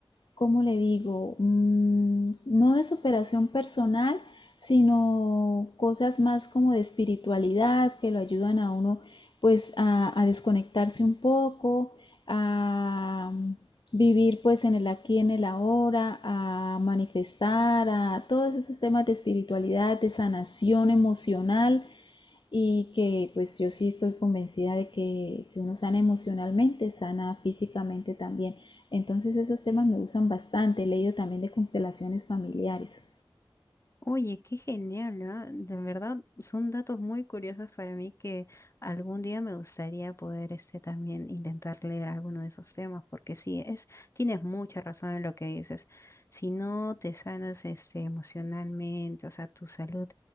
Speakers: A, on the left; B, on the left.
A: ¿cómo le digo? Mm, no de superación personal, sino cosas más como de espiritualidad que lo ayudan a uno pues a, a desconectarse un poco, a vivir pues en el aquí, en el ahora, a manifestar, a todos esos temas de espiritualidad, de sanación emocional y que pues yo sí estoy convencida de que si uno sana emocionalmente, sana físicamente también. Entonces esos temas me gustan bastante, he leído también de constelaciones familiares.
B: Oye, qué genial, ¿ah? De verdad, son datos muy curiosos para mí que algún día me gustaría poder este, también intentar leer alguno de esos temas, porque sí, es, tienes mucha razón en lo que dices. Si no te sanas este, emocionalmente, o sea, tu salud